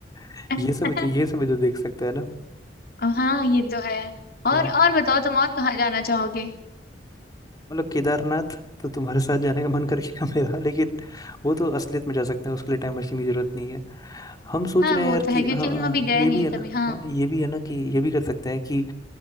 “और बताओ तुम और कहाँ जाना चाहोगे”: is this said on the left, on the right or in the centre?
Left